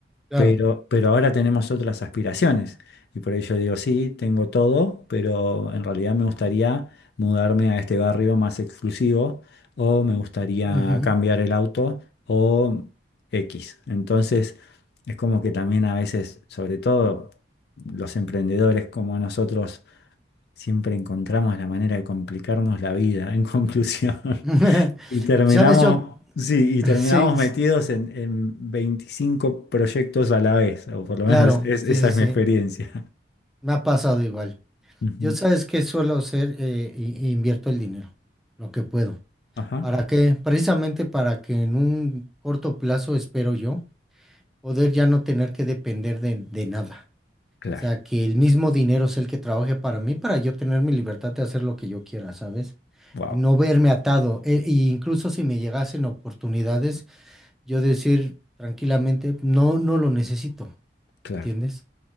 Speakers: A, in the centre; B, on the left (about 60°).
A: Claro.
B: pero, pero ahora tenemos otras aspiraciones. Y por ello digo, sí, tengo todo, pero en realidad me gustaría mudarme a este barrio más exclusivo o me gustaría
A: ujú.
B: cambiar el auto o X. Entonces, es como que también a veces, sobre todo los emprendedores como nosotros, siempre encontramos la manera de complicarnos la vida, en <laughs> conclusión.
A: <laughs>
B: Y terminamos,
A: ¿Sabes yo?
B: sí, y
A: <laughs>
B: terminamos
A: Sí, s-
B: metidos en, en 25 proyectos a la vez, o por lo
A: claro,
B: menos es-
A: sí,
B: esa
A: sí,
B: es
A: sí.
B: mi experiencia.
A: Me ha pasado igual.
B: <laughs> Ujú.
A: Yo sabes que suelo hacer, Eh, i- invierto el dinero, lo que puedo.
B: Ajá.
A: ¿Para qué? Precisamente para que en un corto plazo, espero yo, poder ya no tener que depender de, de nada.
B: Claro.
A: O sea, que el mismo dinero es el que trabaje para mí, para yo tener mi libertad de hacer lo que yo quiera, ¿sabes?
B: Wow.
A: No verme atado. E, e incluso si me llegasen oportunidades. yo decir tranquilamente, no, no lo necesito,
B: Claro,
A: ¿entiendes?